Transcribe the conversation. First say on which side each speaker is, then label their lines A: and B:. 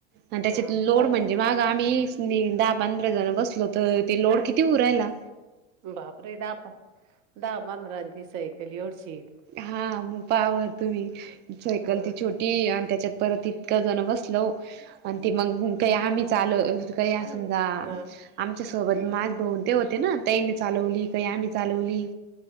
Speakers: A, on the right; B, on the right.
A: आणि त्याच्या
B: हा
A: लोड
B: पाय
A: म्हणजे म्हणजे मग आम्ही दहा पंधरा जण बसलो तर ते लोड किती होऊ राहिला.
B: बापरे दहा प दहा पंधराची सायकल एवढी शिक.
A: हा मग पाव बर तुम्ही सायकल
B: हा
A: ती छोटी आणि त्याच्यात परत इतकं जण बसलो आणि त मग काही आम्ही चालू त काही या समजा
B: हा
A: आमच्यासोबत माझ भाऊ ते होते ना त्यानी चालवली काही आम्ही चालवली.